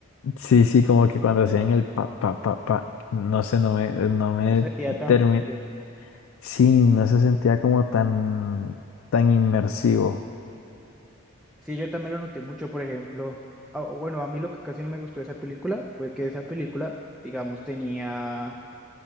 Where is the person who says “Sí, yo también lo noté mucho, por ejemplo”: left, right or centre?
Centre